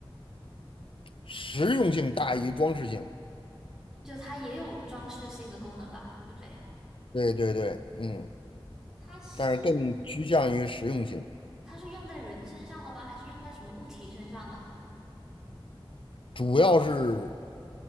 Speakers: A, on the left; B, in the centre.
A: 实用性大于装饰性。
B: 就它也有装饰性的功能吧，对不对？
A: 对对对，嗯，
B: 它是
A: 但是更趋向于实用性，
B: 它是用在人身上的吗？还是用在什么物体身上的？
A: 主要是